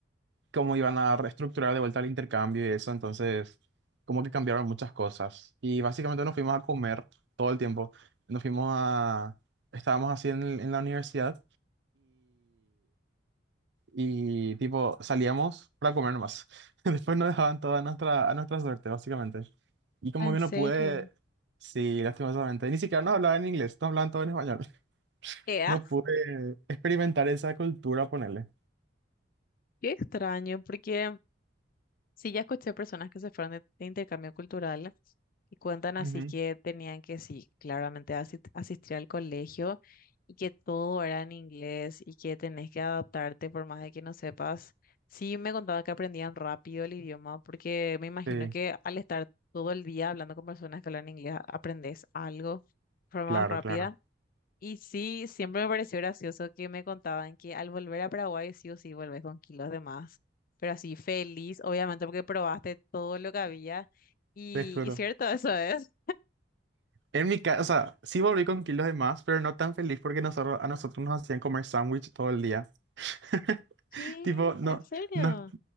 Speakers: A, on the right (about 70°); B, on the left (about 50°).
A: cómo iban a reestructurar de vuelta el intercambio y eso, entonces como que cambiaron muchas cosas. Y básicamente nos fuimos a comer todo el tiempo, nos fuimos a, estábamos así en, el- en la universidad y tipo salíamos para comer nomás. <laughs> Después nos dejaban toda nuestra, a nuestra suerte, básicamente. Y como
B: ¿En
A: que
B: serio?
A: no pude, sí, lastimosamente, ni siquiera no hablaban en inglés, no hablaban todo en español. <laughs>
B: Ea,
A: No pude experimentar esa cultura, ponerle.
B: qué extraño, porque Sí, ya escuché personas que se fueron de, de intercambio cultural y cuentan así
A: Ujú.
B: que tenían que, sí, claramente asi- asistir al colegio y que todo era en inglés y que tenés que adaptarte por más de que no sepas. Sí, me contaba que aprendían rápido el idioma porque me imagino
A: Sí,
B: que al estar todo el día hablando con personas que hablan inglés, aprendes algo de forma
A: claro,
B: más rápida.
A: claro,
B: Y sí, siempre me pareció gracioso que me contaban que al volver a Paraguay sí o sí volvés con kilos de más, pero así feliz, obviamente porque probaste todo lo que había y,
A: te juro.
B: y cierto, eso es.
A: En mi casa, o sea, sí volví con kilos de más, pero no tan feliz porque nosotros, a nosotros nos hacían comer sándwich todo el día. <laughs>
B: ¿Qué?
A: Tipo, no,
B: ¿En serio?
A: nos